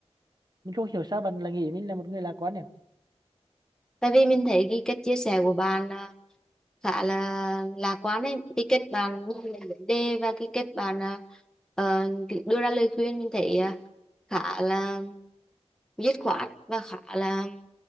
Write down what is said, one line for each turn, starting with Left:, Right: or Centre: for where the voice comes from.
Right: mình không hiểu sao bạn lại nghĩ mình là một người lạc quan nhỉ
Centre: tại vì mình thấy cái cách chia sẻ của bạn à, khá là lạc quan ấy cái cách bạn nhìn lên vấn đề và cái cách bạn à, ờ, cứ đưa ra lời khuyên mình thấy à, khá là dứt khoát và khá là